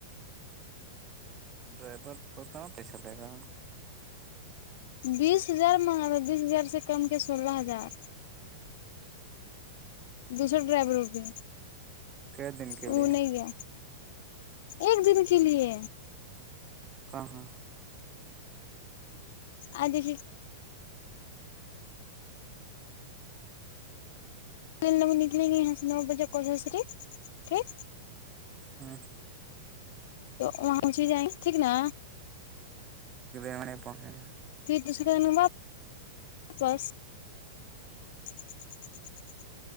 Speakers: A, on the right; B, on the left.
A: ڈرائیور بت پیسہ لے گا
B: بیس ہزار مہنگا بیس ہزار سے کم کے سولہ ہزار دوسرا ڈرائیور ہو بھی
A: کئے دن کے
B: وہ
A: لیے
B: نہیں گیا ایک دن کے لیے
A: کہاں
B: اھی ک لگ نکلیں گے یہاں سے نو بجے کوج سےری ٹھیک
A: ہاں
B: تو وہاںچ ہی جائیں ٹھیک نا
A: پنچ گ ہیں
B: پھر ت تا بس ا <unintelligible> <inaudible>